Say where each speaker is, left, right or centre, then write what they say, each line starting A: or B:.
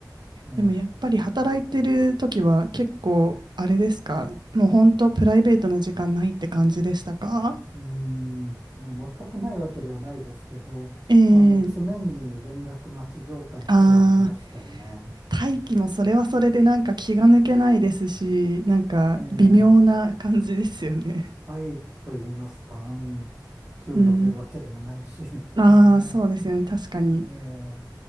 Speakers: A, on the right; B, on the right.
A: うん
B: でもやっぱり働いてる時は結構、あれですかもう本当プライベートな時間ないって感じでしたか
A: うーん、まあ、全くないわけではないですけど、
B: ええ
A: あの、常に連絡待ち状態ではありましたよね。
B: ああー。大気もそれはそれでなんか気が抜けないですし、なんか微妙な感じですよね。
A: ええ、廃棄と言いますか、うん、給料出るわけでもないし、
B: うん。
A: <laughs> っていうね。
B: ああ、そうですよね。確かに。
A: ええ、